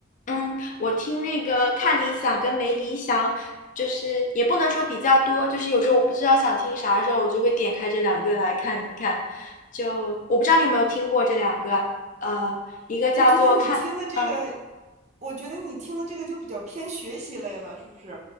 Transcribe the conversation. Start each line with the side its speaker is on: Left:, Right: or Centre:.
Left: 嗯，我听那个看理想跟没理想，就是也不能说比较多，就是有时候我不知道想听啥的时候，我就会点开这两个来看一看。就我不知道你有没有听过这两个，呃，一个叫做看，
Right: 我觉得你听的这个，
Left: 嗯。
Right: 我觉得你听的这个就比较偏学习类了，是不是？